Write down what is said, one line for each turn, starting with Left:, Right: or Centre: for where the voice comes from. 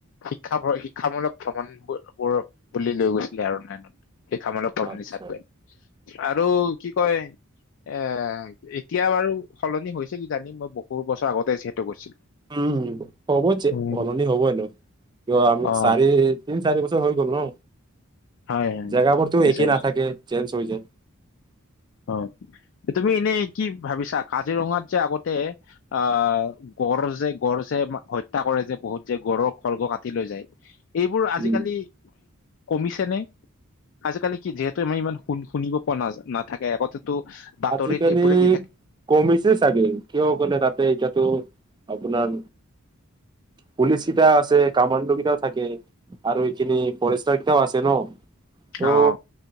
Left: শিক্ষা ভ শিক্ষামূলক ভ্ৰমণ ব বোৰ বুলি লৈ গৈছিলে আৰু নাইনত শিক্ষামূলক
Right: আচ্ছা,
Left: হিচাপে আৰু কি কয় এ এতিয়া বাৰু সলনি হৈছে কিজানি মই বহু বছৰ আগতে যিহেতু গৈছিলো
Right: উম হ'ব
Left: উম
Right: সলনি হ'বই ন কিয় আমি
Left: অ
Right: চাৰি তিন চাৰি বছৰ হৈ গ'ল ন
Left: হয় হয়
Right: জেগাবোৰতো
Left: তিনি
Right: একেই
Left: চাৰি
Right: নাথাকে
Left: বছৰ
Right: চেঞ্জ হৈ যায়
Left: অ তুমি এনেই কি ভাবিছা কাজিৰঙাত যে আগতে আহ গড় যে গড় যে হত্যা কৰে যে বহুত যে গড়ৰ খৰ্গ কাটি লৈ যায় এইবোৰ আজিকালি
Right: উম
Left: কমিছে নে আজিকালি কি যিহেতু আমি ইমান শুন শুনিব পোৱা নাযা না থাকে আগতেটো বাতৰিত
Right: আজিকালি
Left: এইবোৰে দি
Right: কমিছে চাগে কিয় কলে তাতে এতিয়াতো আপোনাৰ পুলিচ কেইটা আছে কামাণ্ড কেইটাও থাকে আৰু এইখিনি ফৰেষ্টাৰ কিতাও আছে ন ত
Left: অ